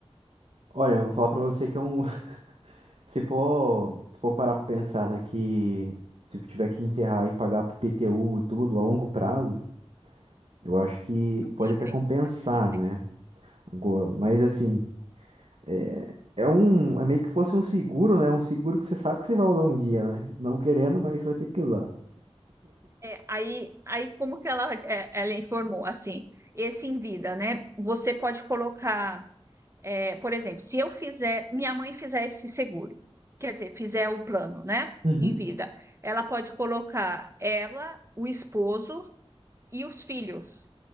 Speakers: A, on the right; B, on the right.
A: Olha, eu vou falar pra você que é um. <laughs> Se for, se for parar pra pensar, né, que se tiver que enterrar e pagar PTU e tudo a longo prazo, eu acho que
B: Pra Sempre,
A: pode até compensar,
B: para sempre.
A: né? Agora, mas assim, é, é um. É meio que fosse um seguro, né? Um seguro que você sabe que você vai usar um dia, né? Não querendo, mas vai ter que usar.
B: É, Aí, aí como que ela, é, ela informou assim, esse em vida, né? Você pode colocar É, por exemplo, se eu fizer, minha mãe fizer esse seguro, quer dizer, fizer o plano, né,
A: Uhum.
B: em vida, ela pode colocar ela, o esposo e os filhos.